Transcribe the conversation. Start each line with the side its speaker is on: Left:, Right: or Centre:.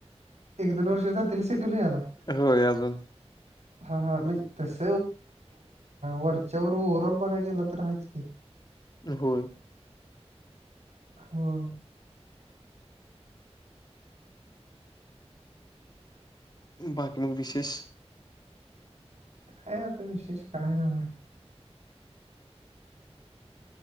Right: एक दोन वर्ष जातील सेटल व्हायला?
Left: होय अजून.
Right: <inaudible> हा हा म्हणजे तस वरच्यावर ओव्हरऑल बघाय गेलं तर आहेच की. <inaudible>
Left: होय.
Right: हा.
Left: बाकी मग विशेष?
Right: हाय आता विशेष काही नाही.